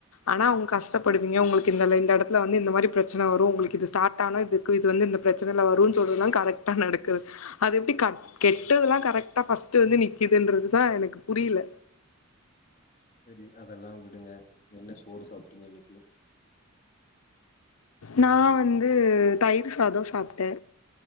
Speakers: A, on the left; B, on the left.
A: ஆனா அவங்க கஷ்டப்படுவிங்க உங்களுக்கு இந்த எடத்துல வந்து இந்த மாதிரி பிரச்சனை வரு உங்களுக்கு ஆது பிரச்ச வரு சொறா கரெகா நடக்குது அது எப்டி கெட்டல்லா கரெக்ட்டா இது வந்து நிக்குதுன்றதுதா எனக்கு புரில
B: சரி அதெல்லா விடுங்க என்ன சோறு சாப்ட்டீங்க இன்னக்கி
A: நா வந்து தயிர் சாத சாப்ட